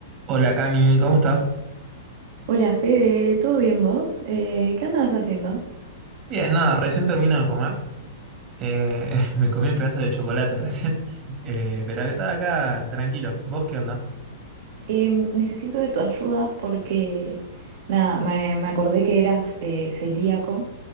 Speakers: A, on the right (about 35°); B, on the right (about 60°).
A: Hola Cami, ¿cómo estás?
B: Hola Fede, ¿todo bien vos? Eh, ¿qué andabas haciendo?
A: Bien, nada, recién termino de comer. Eh, <laughs> me comí un pedazo de chocolate recién. <laughs> Eh, pero estaba acá tranquilo. ¿Vos qué onda?
B: Em, necesito de tu ayuda porque, nada, me, me acordé que eras eh, celíaco